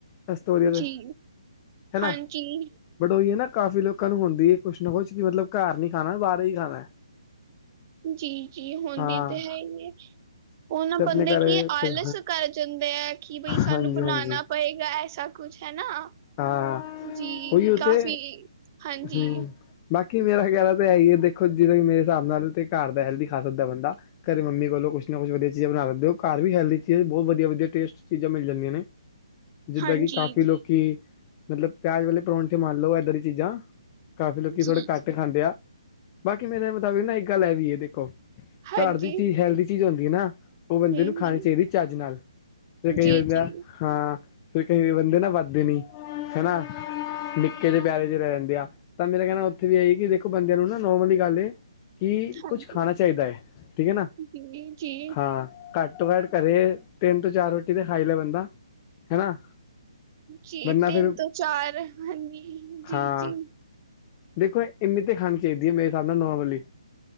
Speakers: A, on the left; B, on the right.
A: ਕੁਛ ਤੋਂ ਵਧੀਆ ਲਗੇ
B: ਜੀ
A: ਹਨਾ।
B: ਹਾਂਜੀ
A: ਬਟ ਉਹੀ ਹੈ ਨਾ ਕਾਫ਼ੀ ਲੋਕਾਂ ਨੂੰ ਹੁੰਦੀ ਹੈ ਕੁਛ ਨਾ ਕੁਛ ਕਿ ਮਤਲਬ ਘਰ ਨੀ ਖਾਣਾ ਬਾਹਰ ਹੀ ਖਾਣਾ।
B: ਜੀ ਜੀ ਹੁਣਦੀ
A: ਹਾਂ
B: ਤੇ ਹੈ ਹੀ ਹੈ। ਉਹਨਾਂ
A: ਤੇ ਆਪਣੇ
B: ਬੰਦੇ
A: ਘਰੇ
B: ਕੀ ਆਲਸ
A: ਫਿਰ
B: ਕਰ ਜਾਂਦੇ ਹੈ ਕਿ ਬਈ
A: ਹਾਂਜੀ
B: ਸਾਨੂੰ ਬਣਾਉਣਾ।
A: ਹਾਂਜੀ
B: ਹੋਏਗਾ ਐਸਾ ਕੁਛ ਹੈ ਨਾ।
A: ਹਾਂ
B: ਜੀ
A: ਉਈ ਉ
B: ਕਾਫੀ
A: ਤੇ
B: ਹਾਂਜੀ,
A: ਹਮ। ਬਾਕੀ ਮੇਰਾ ਖਹਿਲਾ ਤਾਂ ਹੈ ਹੀ ਹੈ ਦੇਖੋ ਜਿਦੋਂ ਮੇਰੇ ਹਿਸਾਬ ਨਾਲ ਤੇ ਘਰ ਦਾ ਹੈਲਦੀ ਖਾਸਤ ਦਾ ਬੰਦਾ। ਘਰੇ ਮੰਮੀ ਕੋਲੋਂ ਕੁਛ ਨਾ ਕੁਛ ਵਧੀਆ ਚੀਜ਼ ਬਣਾ ਸਕਦੇ ਹੋ ਘਰ ਵੀ ਹੈਲਦੀ ਚੀਜ਼ ਬਹੁਤ ਵਧੀਆ ਵਧੀਆ ਟੇਸਟ ਚੀਜ਼ਾਂ ਮਿਲ ਜਾਂਦੀਆਂ ਨੇ। ਜਿੱਦਾਂ
B: ਹਾਂਜੀ,
A: ਕਿ ਕਾਫ਼ੀ ਲੋਕੀ ਮਤਲਬ ਪਿਆਜ ਵਾਲੇ ਪਰੌਂਠੇ ਮਨ ਲ ਲੋ ਇੱਧਾਂ ਦੀ ਚੀਜ਼ਾਂ ਕਾਫੀ ਲੋਕੀ ਥੋੜੇ
B: ਜੀ।
A: ਕ ਖਾਂਦੇ ਆ ਬਾਕੀ ਮੇਰੇ ਮੁਤਾਬਿਕ ਨਾ ਇੱਕ ਗੱਲ ਹੈ ਵੀ ਇਹ ਦੇਖੋ
B: ਹਾਂਜੀ,
A: ਘਰ ਦੀ ਚੀਜ਼ ਹੈਲਦੀ ਚੀਜ਼ ਹੁੰਦੀ ਹੈ ਨਾ ਉਹ ਬੰਦੇ
B: ਹੂੰ-ਹੂੰ,
A: ਨੂੰ ਖਾਣੀ ਚਾਹੀਦੀ ਚੱਜ ਨਾਲ ਫ ਕਈ
B: ਜੀ-ਜੀ,
A: ਬੰਦਾ ਹਾਂ ਫਿਰ ਕੇ ਬੰਦੇ ਨਾ ਵੱਧਦੇ ਨੀ। ਹੈ ਨਾ। ਨਿੱਕੇ ਜ ਪਿਆਰੇ ਚ ਰਹਿ ਜਾਂਦੇ ਆ ਤਾਂ ਮੇਰਾ ਕਹਿਣਾ ਉੱਥੇ ਵੀ ਆਈ ਕਿ ਦੇਖੋ ਬੰਦਿਆਂ ਨੂੰ ਨਾ ਨੋਰਮਲ ਹੀ ਗੱਲ ਏ। ਕੀ
B: ਹਾਂਜੀ,
A: ਕੁਛ ਖਾਣਾ ਚਾਹੀਦਾ ਹੈ ਠੀਕ ਹੈ ਨਾ
B: ਜੀ-ਜੀ।
A: ਹਾਂ। ਘੱਟ ਤੋਂ ਘੱਟ ਘਰੇ ਤਿੰਨ ਤੋਂ ਚਾਰ ਰੋਟੀ ਤੇ ਖਾਈ ਲੈ ਬੰਦਾ ਹਨਾ।
B: ਜੀ
A: ਵਰਨਾ
B: ਤਿੰਨ
A: ਫਿਰ
B: ਤੋਂ ਚਾਰ ਹਨਜੀ ਜੀ
A: ਹਾਂ
B: ਜੀ।
A: ਦੇਖੋ ਇੰਨੀ ਤੇ ਖਾਣੀ ਚਾਹੀਦੀ ਹੈ ਮੇਰੇ ਹਿਸਾਬ ਨਾਲ ਨੋਰਮਲੀ।